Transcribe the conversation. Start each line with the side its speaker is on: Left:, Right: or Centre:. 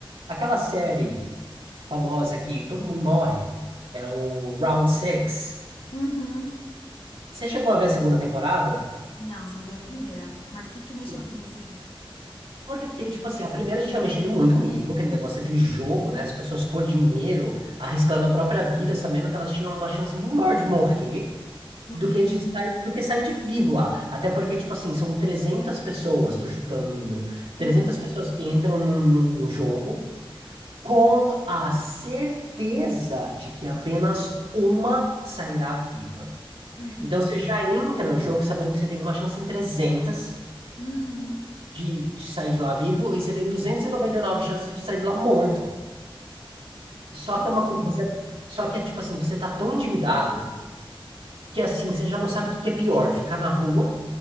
Right: Aquela série famosa que todo mundo morre, é o Round Six.
Left: Uhum.
Right: Você chegou a ver a segunda temporada?
Left: Não, só vi a primeira. Mas o que que mexeu
Right: E-
Left: com você?
Right: Porque, tipo assim, a primeira tinha mexido muito comigo, aquele negócio,
Left: Sim.
Right: aquele jogo, né? As pessoas por dinheiro, arriscando a própria vida, sabendo que elas tinham uma chance muito maior de morrer,
Left: Do
Right: do
Left: que
Right: que
Left: de.
Right: de sair, do que sair de vivo lá. Até porque, tipo assim, são 300 pessoas, tô chutando um número, trezentas
Left: Uhum,
Right: pessoas que entram num, num jogo com a certeza de que apenas uma sairá viva.
Left: uhum,
Right: Então você já entra no jogo sabendo que você tem uma chance em 300
Left: uhum.
Right: de, de sair de lá vivo e você tem e e noventa e nove chances de sair de lá morto. Só
Left: É
Right: que
Left: horrível,
Right: é uma co- você,
Left: né?
Right: só que é tipo assim, você tá tão endividado que assim, você já não sabe o que que é pior, ficar na rua